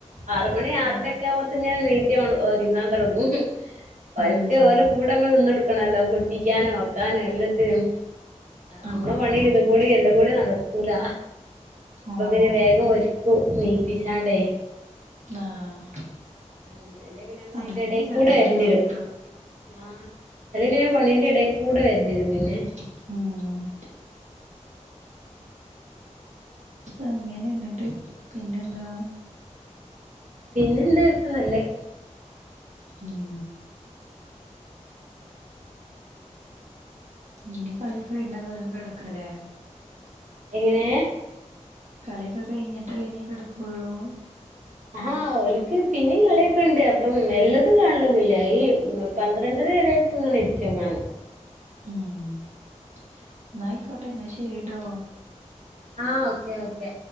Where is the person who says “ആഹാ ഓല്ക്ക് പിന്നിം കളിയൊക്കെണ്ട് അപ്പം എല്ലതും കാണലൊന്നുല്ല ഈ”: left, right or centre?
Right